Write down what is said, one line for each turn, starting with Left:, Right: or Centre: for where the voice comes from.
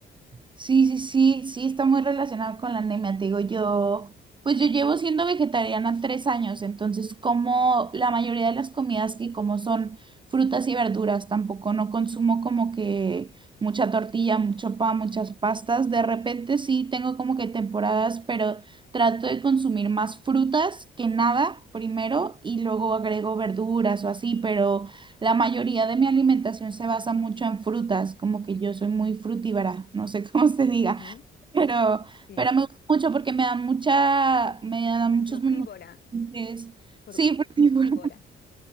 Right: Sí, sí, sí, sí, está muy relacionado con la anemia. Te digo, yo, pues yo llevo siendo vegetariana tres años, entonces como la mayoría de las comidas que como son frutas y verduras, tampoco no consumo como que mucha tortilla, mucho pan, muchas pastas. De repente sí tengo como que temporadas, pero trato de consumir más frutas que nada primero y luego agrego verduras o así, pero... La mayoría de mi alimentación se basa mucho en frutas, como que yo soy muy frutíbara, no sé <laughs> cómo se diga,
Left: Ujú,
Right: pero,
Left: Sí,
Right: pero me gusta mucho porque me da mucha, me da muchos
Left: frugívora,
Right: <laughs> nutrientes.
Left: fru-
Right: Sí, frutívora.
Left: frugívora.